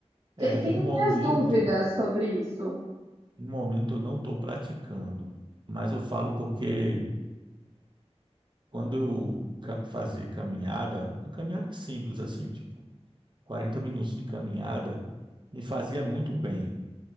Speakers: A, on the right; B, on the right.
A: É,
B: Te- Tenho
A: no momento,
B: minhas dúvidas sobre isso.
A: no momento eu não estou praticando, mas eu falo porque quando eu ca- fazia caminhada, caminhada simples assim, tipo 40 minutos de caminhada, me fazia muito bem,